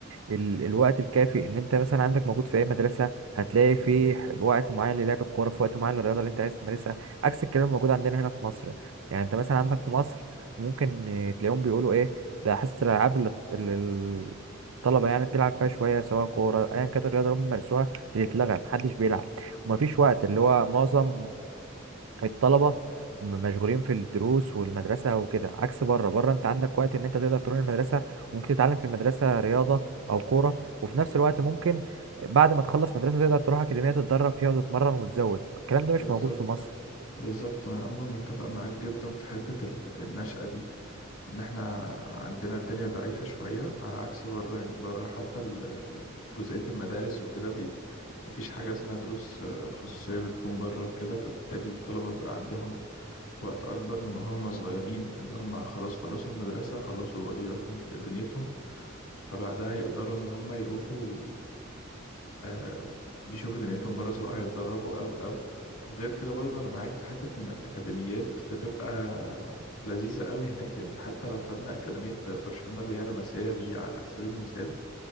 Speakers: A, on the right; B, on the left.
A: ال الوقت الكافي ان انت مثلا عندك موجود في اي مدرسه هتلاقي في ح- وقت معين للعب الكوره في وقت معين للرياضه اللي انت عايز تمارسها عكس الكلام الموجود عندنا هنا في مصر يعني انت مثلا عندك في مصر ممكن آه، تلاقيهم بيقولوا ايه ده حصه الالعاب اللي اللي ال- الطلبه يعني بتلعب فيها شويه سواء كوره ايا كانت الرياضه اللي هم بيمارسوها بتتلغى محدش بيلعب ومفيش وقت اللي هو معظم الطلبة م- مشغولين في الدروس والمدرسة وكده عكس بره بره انت عندك وقت ان انت تقدر تروح المدرسة وممكن تتعلم في المدرسة رياضة او كورة وفي نفس الوقت ممكن بعد ما تخلص مدرسة تقدر تروح أكاديمية تتدرب فيها وتتمرن وتزود الكلام ده
B: بالظبط
A: مش موجود في مصر
B: بالظبط وأنا عموما متفق معاك جدا في حتة ال- النشأة دي ان احنا عندنا الدنيا ضعيفة شوية على عكس بره يعني بره حتى ال- جزئية المدارس وكده بي مفيش حاجة اسمها دروس آه، خصوصية بتكون بره وكده فبالتالي الطلبة بيبقى عندهم وقت أكبر من وهم صغيرين إن هم خلاص خلصوا المدرسة خلصوا واجباتهم ودنيتهم فبعدها يقدروا ان هم يروحوا آه، يشوفوا دنيتهم بره سواء هيتدربوا او او وغير كده برضه انا معاك في حتة ان الاكاديميات بتبقى لذيذة قوي هناك يعني حتى لو خدنا اكاديمية برشلونة اللي هي لمسية دي على سبيل المثال